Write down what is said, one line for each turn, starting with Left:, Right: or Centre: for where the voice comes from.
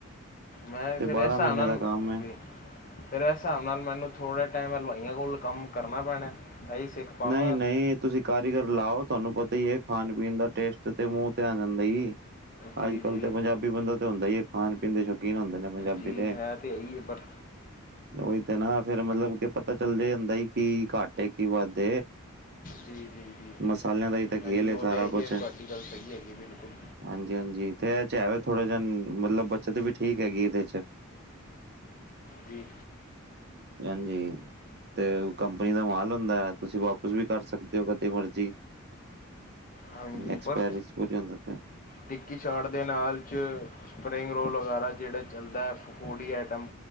Left: ਮੈਂ
Right: ਤੇ
Left: ਫਿਰ
Right: ਬਾਰਾਂ
Left: ਇਸ ਹਿਸਾਬ
Right: ਮਹੀਨੇ
Left: ਨਾਲ,
Right: ਦਾ ਕੰਮ ਹੈ।
Left: ਜੀ ਫਿਰ ਇਸ ਹਿਸਾਬ ਨਾਲ ਮੈਨੂੰ ਥੋੜ੍ਹੇ ਟਾਈਮ ਹਲਵਾਈਆਂ ਕੋਲ ਕੰਮ ਕਰਨਾ ਪੈਣਾ, ਤਾਂਹੀ ਸਿੱਖ ਪਾਵਾਂਗਾ
Right: ਨਹੀਂ, ਨਹੀਂ ਤੁਸੀਂ ਕਾਰੀਗਰ ਲਾਓ ਤੁਹਾਨੂੰ ਪਤਾ ਹੀ ਹੈ। ਖਾਣ ਪੀਣ ਦਾ ਟੇਸਟ ਤੇ ਮੂੰਹ ਤੇ ਆ ਜਾਂਦਾ ਸੀ,
Left: ਜੀ
Right: ਅੱਜ
Left: ਜੀ
Right: ਕਲ ਤੇ ਪੰਜਾਬੀ ਪੰਜਾਬੀ ਬੰਦਾ ਤਾਂ ਹੁੰਦਾ ਹੀ ਹੈ, ਖਾਣ ਪੀਣ ਦੇ ਸ਼ੌਕੀਨ ਹੁੰਦੇ ਨੇ ਪੰਜਾਬੀ
Left: ਜੀ
Right: ਦੇ।
Left: ਹੈ ਤੇ ਇਹੀ ਹੈ ਪਰ
Right: ਉਹੀ ਤੇ ਨਾ, ਫੇਰ ਮਤਲਬ ਕਿ ਪਤਾ ਚੱਲਦਾ ਜਾਂਦਾ ਕੀ ਘਟ ਕੀ ਵੱਧ
Left: ਜੀ, ਜੀ, ਜੀ
Right: ਮਸਾਲਿਆਂ ਦਾ ਹੀ ਤਾਂ ਖੇਲ
Left: ਹਾਂਜੀ
Right: ਏ
Left: ਉਹ
Right: ਸਾਰਾ
Left: ਤਾਂ ਹੈ ਹੀ
Right: ਕੁਛ
Left: ਹੈ ਵੀ ਤੁਹਾਡੀ ਗੱਲ ਸਹੀ ਹੈਗੀ। ਬਿਲਕੁਲ
Right: ਹਾਂਜੀ, ਹਾਂਜੀ ਤੇ ਇਹ 'ਚ ਹੈ ਥੋੜਾ ਜ ਮਤਲਬ ਬੱਚਤ ਵੀ ਠੀਕ ਹੈਗੀ ਇਹਦੇ ਚ।
Left: ਜੀ।
Right: ਹਾਂਜੀ। ਤੇ ਕੰਪਨੀ ਦਾ ਮਾਲ ਹੁੰਦਾ ਹੈ, ਤੁਸੀਂ ਵਾਪਿਸ ਵੀ ਕਰ ਸਕਦੇ ਹੋ ਕਦੇ ਮਰਜੀ।
Left: ਹਾਂਜੀ
Right: ਐਕਸਪਾਇਰੀ
Left: ਪਰ
Right: ਸਪੂਰੀ ਹੁੰਦਾ ਤੇ
Left: ਟਿੱਕੀ ਚਾਟ ਦੇ ਨਾਲ 'ਚ ਸਪਰਿੰਗ ਰੋਲ ਵਗੈਰਾ ਜਿਹੜਾ ਚੱਲਦਾ ਹੈ, ਫੂਡ ਹੀ ਆਈਟਮ